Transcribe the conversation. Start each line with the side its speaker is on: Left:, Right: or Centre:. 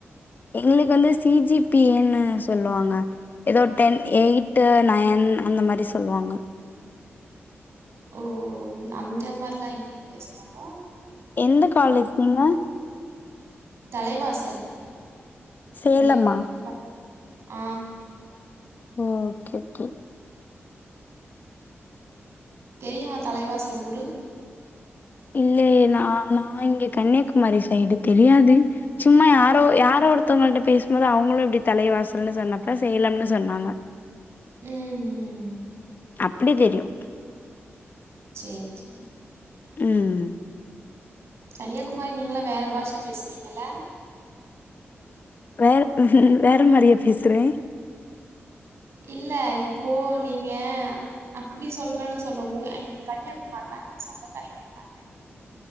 Left: எங்களுக்கு வந்து சி ஜி பி ஏ ன்னு சொல்லுவாங்க ஏதோ டென், எயி்ட் டு, நயன் அந்த மாரி சொல்லுவாங்க
Right: ஒ அந்த மாரிலா இங்க பேச மாட்டோ
Left: எந்த காலேஜ் நீங்க
Right: தலைவாசல்
Left: சேலமா?
Right: இங்க ப அ
Left: ஓகே ஓகே
Right: தெரியுமா தலைவாசல் ஊறு
Left: இல்லயே நா நா இங்க கன்னியாகுமாரி சைடு தெரியாது சும்மா யாரோ யாரோ ஒருத்தவங்கள்ட்ட பேசுபோது அவங்களு இப்டி தலைவாசல்ன்னு சொன்னப்ப சேலம்னு சொன்னாங்க <inaudible>
Right: ம் ம்
Left: அப்டி தெரியு
Right: சேரி சேரி
Left: ம்
Right: கன்னியாகுமாரி நீங்களா வேற பாஷ பேசுவீங்கல்ல
Left: வேற வேற மாரியா பேசுறே
Right: இல்ல இப்போ நீங்க அப்டி சொல்றேன்னு சொல்ல உ எ கன்னியாகுமார்ல அங்க சொந்தக்காரைங்க இருக்காங்க